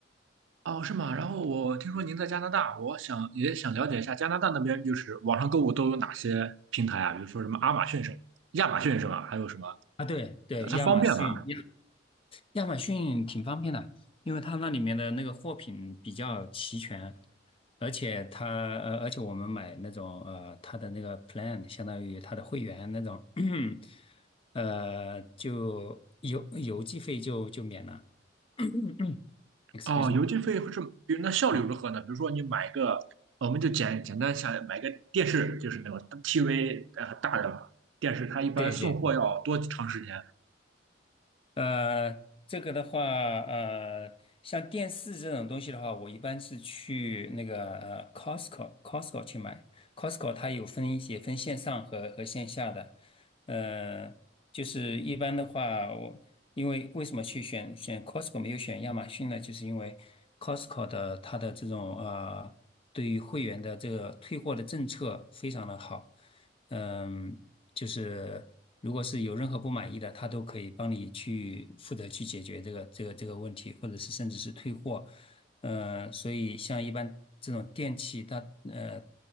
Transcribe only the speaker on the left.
啊。对对，
亚马逊，亚马逊挺方便的，因为它那里面的那个货品比较齐全，而且它呃，而且我们买那种呃，它的那个 plan 相当于它的会员那种，<clears throat> 呃，就邮邮寄费就就免了。<coughs> <clears throat> excuse
me，
嗯，
对对对。呃，这个的话，呃，像电视这种东西的话，我一般是去那个呃 Costco，Costco 去买。Costco 它有分一些分线上和和线下的，呃，就是一般的话，我因为为什么去选选 Costco 没有选亚马逊呢？就是因为 Costco 的它的这种呃，对于会员的这个退货的政策非常的好。嗯，就是如果是有任何不满意的，他都可以帮你去负责去解决这个这个这个问题，或者是甚至是退货。呃，所以像一般这种电器大呃